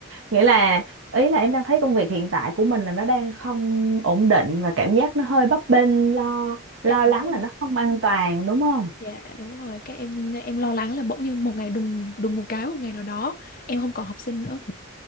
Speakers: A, on the right; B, on the left.
A: Nghĩa là ý là em đang thấy công việc hiện tại của mình là nó đang không ổn định và cảm giác nó hơi bấp bênh lo lo
B: dạ đúng
A: lắng là
B: rồi
A: nó không an toàn đúng không?
B: dạ đúng rồi cái em em lo lắng là bỗng nhiên một ngày đùng đùng một cái một ngày nào đó em không còn học sinh nữa